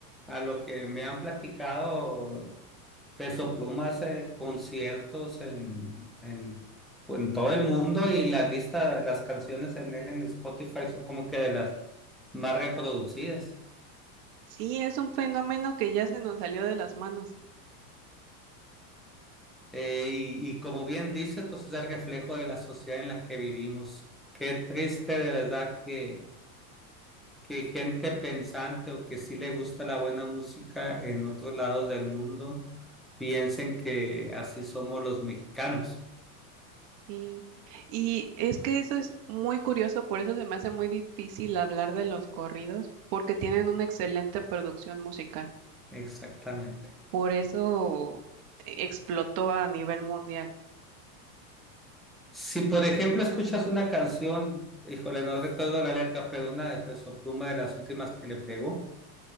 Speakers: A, in the centre; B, on the right.
A: a lo que me han platicado Peso Pluma hace conciertos en, en, en todo el mundo y las listas, las canciones en él en Spotify son como que de las más reproducidas.
B: sí es un fenómeno que ya se nos salió de las manos.
A: Eh, y, y como bien dices, pues es el reflejo de la sociedad en la que vivimos. Qué triste de verdad que que gente pensante o que sí le gusta la buena música en otros lados del mundo piensen que así somos los mexicanos.
B: Sí. Y es que eso es muy curioso, por eso se me hace muy difícil hablar de los corridos, porque tienen una excelente producción musical.
A: Exactamente.
B: Por eso explotó a nivel mundial.
A: Si por ejemplo escuchas una canción, híjole, no recuerdo la letra, pero una de Peso Pluma de las últimas que le pegó,